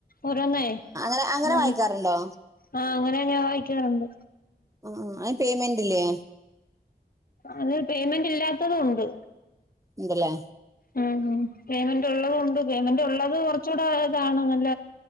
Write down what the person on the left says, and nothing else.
ഓരോന്നേ
ഉം
ആഹ് അങ്ങനെ ഞാൻ വായിക്കാറുണ്ട്
അത് പെയ്മെന്റ് ഇല്ലാത്തതും ഉണ്ട്
ഉമ് പെയ്മെന്റ് ഉള്ളത ഉണ്ട് പെയ്മെന്റ് ഉള്ളത് കുറച്ചുടെ ഇതാണ് നല്ല